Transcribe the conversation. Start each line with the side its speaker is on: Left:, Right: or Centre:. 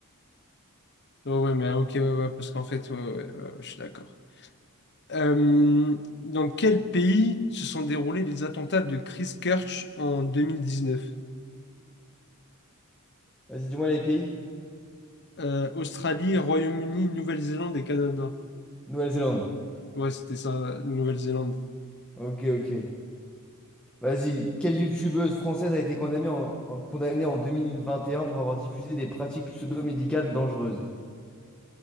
Left: Ouais, ouais, mais ok, ouais, ouais, parce qu'en fait, ouais, ouais, ouais, ouais, je suis d'accord. Euh, dans quel pays se sont déroulés les attentats de Christchurch en 2019?
Centre: Vas-y, dis-moi les pays.
Left: Euh, Australie, Royaume-Uni, Nouvelle-Zélande et Canada.
Centre: Nouvelle-Zélande.
Left: Ouais, c'était ça, Nouvelle-Zélande.
Centre: Ok, ok. Vas-y, quelle youtubeuse française a été condamnée en, en- condamnée en 2021 pour avoir diffusé des pratiques pseudo-médicales dangereuses?